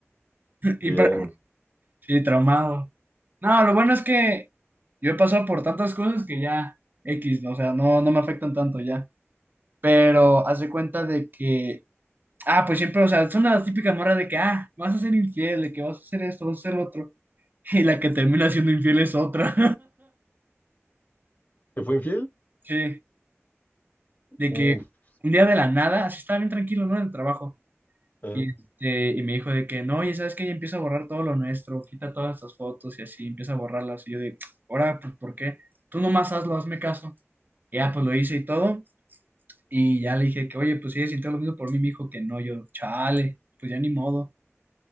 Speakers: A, on the right; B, on the left.
A: <laughs> Y
B: bien.
A: para- sí, traumado. No, lo bueno es que yo he pasado por tantas cosas que ya X, ¿no? o sea, no, no me afectan tanto ya. Pero haz de cuenta de que, ah, pues siempre, o sea, son las típicas morras de que, ah, vas a ser infiel, de que vas a hacer esto, vas a hacer lo otro. <laughs> Y la que termina siendo infiel es otra.
B: ¿Te fue infiel?
A: <laughs> Sí. de
B: Uf,
A: que un día de la nada, así estaba bien tranquilo, ¿no? En el trabajo.
B: ajá.
A: Y, este, y me dijo de que, no, y ¿sabes que Ya empieza a borrar todo lo nuestro, quita todas estas fotos y así, empieza a borrarlas. Y yo de, ahora, pues, ¿por qué? Tú nomás hazlo, hazme caso. Y ya, pues, lo hice y todo. Y ya le dije que, oye, pues, si ella sintió lo mismo por mí, me dijo que no. Yo, chale, pues, ya ni modo.